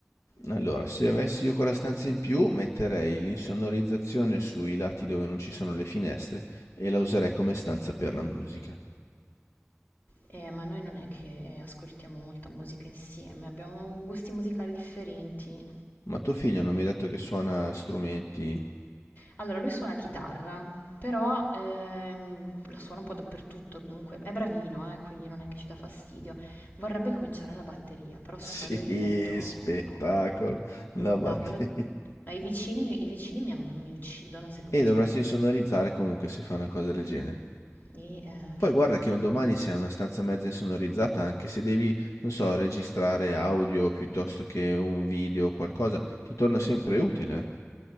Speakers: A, on the left; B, on the left.
A: Allora, se avessi io quella stanza in più, metterei l'insonorizzazione sui lati dove non ci sono le finestre e la userei come stanza per la musica.
B: Eh, ma noi non è che ascoltiamo molta musica insieme, abbiamo gusti musicali differenti.
A: Ma tuo figlio non mi hai detto che suona strumenti?
B: Allora, lui suona chitarra, però ehm, la suona un po' dappertutto, comunque è bravino, eh, quindi non è che ci dà fastidio. Vorrebbe cominciare la batteria,
A: <laughs>
B: però
A: Sì,
B: su quello gli ho detto
A: spettacolo,
B: no,
A: la batteria.
B: no, quello... no, i vicini, mi, i vicini mi, mi uccidono se comincia
A: E dovresti
B: la batteria.
A: insonorizzare comunque se fai una cosa del genere.
B: E eh, infatti,
A: Poi guarda che un domani se hai una stanza mezza insonorizzata, anche se devi, non so, registrare audio piuttosto che un video o qualcosa, ti torna sempre utile.